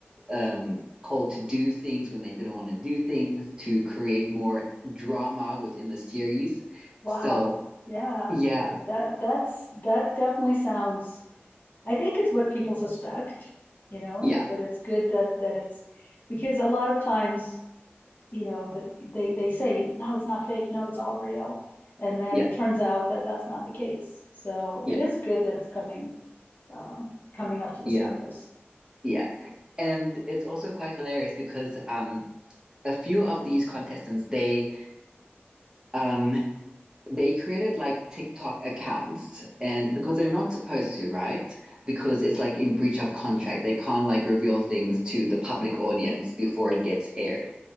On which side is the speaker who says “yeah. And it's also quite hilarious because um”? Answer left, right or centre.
Right